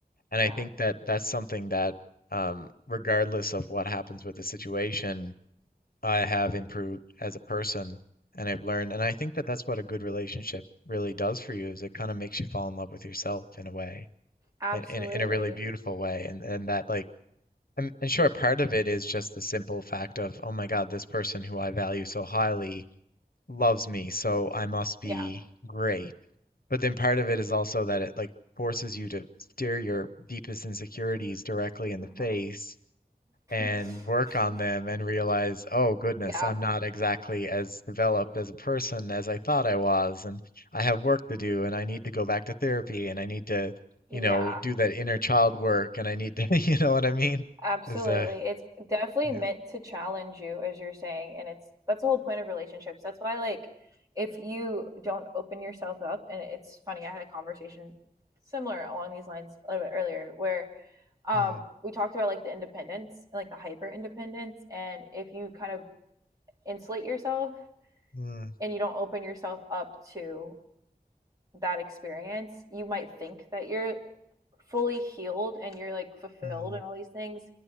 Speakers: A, on the left; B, on the right.
A: And
B: yeah
A: I think that that's something that, um, regardless of what happens with the situation, I have improved as a person and I've learned. And I think that that's what a good relationship really does for you is it kind of makes you fall in love with yourself in a way,
B: absolutely
A: in, in, in a really beautiful way. And, and that like, and, and sure, part of it is just the simple fact of, oh my God, this person who I value so highly loves me, so I must be
B: yeah
A: great. But then part of it is also that it like forces you to stare your deepest insecurities directly in
B: Mhm.
A: the face and
B: <laughs>
A: work on them and realize, oh goodness,
B: yeah
A: I'm not exactly as developed as a person as I thought I was, and I have work to do, and I need to go back to therapy, and I need to,
B: yeah
A: you know, do that inner child work, and I need to, <laughs> you know what I mean?
B: Absolutely.
A: Is uh,
B: It's definitely
A: yeah.
B: meant to challenge you, as you're saying, and it's that's the whole point of relationships. That's why like if you don't open yourself up, and it's funny, I had a conversation similar along these lines a little bit earlier where um
A: Mm,
B: we talked about like the independence and like the hyper independence and if you kind of insulate yourself
A: mm,
B: and you don't open yourself up to that experience, you might think that you're fully healed and you're like fulfilled
A: mm,
B: and all these things